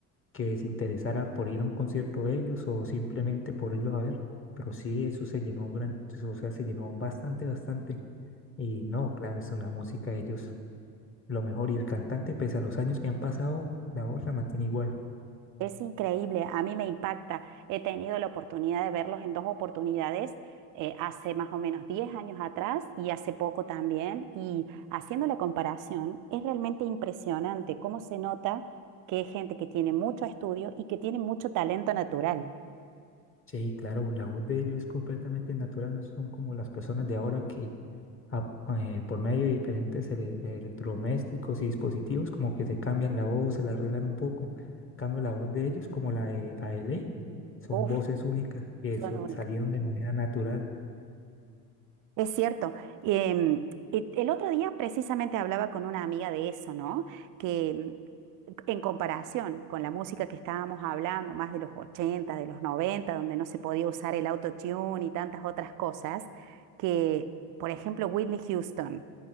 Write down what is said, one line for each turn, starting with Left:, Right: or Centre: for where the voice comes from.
Left: que se interesara por ir a un concierto de ellos o simplemente por irlo a ver. Pero sí, eso se llenó gran, o sea, se llenó bastante, bastante. Y no, claro, eso, la música de ellos, lo mejor. Y el cantante, pese a los años que han pasado, la voz la mantiene igual.
Right: Es increíble, a mí me impacta. He tenido la oportunidad de verlos en dos oportunidades, eh, hace más o menos 10 años atrás y hace poco también. Y haciendo la comparación, es realmente impresionante cómo se nota que es gente que tiene mucho estudio y que tiene mucho talento natural.
Left: Sí, claro, la voz de ellos es completamente natural, no son como las personas de ahora que a- eh, por medio de diferentes ele- electrodomésticos y dispositivos como que se cambian la voz, se la arreglan un poco. En cambio, la voz de ellos, como la de A. L. son
Right: Uf,
Left: voces únicas que
Right: son
Left: so-
Right: únicas.
Left: salieron de manera natural.
Right: Es cierto. Em, y el otro día precisamente hablaba con una amiga de eso, ¿no? Que em, en comparación con la música que estábamos hablando, más de los 80, de los 90, donde no se podía usar el autotune y tantas otras cosas, que, por ejemplo, Whitney Houston